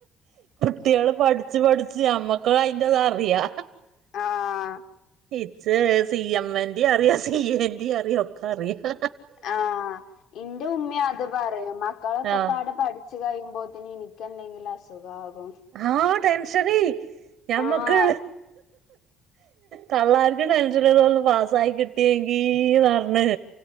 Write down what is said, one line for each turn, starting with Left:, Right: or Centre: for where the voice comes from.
Right: കുട്ട്യാള് പഠ്ച്ച് പഠ്ച്ച് ഞമ്മക്ക അയിന്റെതറിയാ
Left: ആഹ്
Right: ഇച്ച് സീ എ മ്മ ന്റെറിയാ സീ ഏ ന്റീ യറിയാ ഒക്കറിയാ
Left: ആഹ് ഇന്റെ ഉമ്മിം അത് പറീണ് മക്കളൊക്കെപ്പാടെ
Right: ആഹ്
Left: പഠ് ച്ച് കയ്യുമ്പോത്തിന് ഇനിക്കെന്തെങ്കിലും അസുഖാകും
Right: ആഹ് ടെൻഷനേ ഞമ്മക്ക്
Left: ആഹ്
Right: തള്ളാർക്ക് ടെൻഷന് തൊന്ന് പാസ്സായി കിട്ടേങ്കീന്നറഞ്ഞ്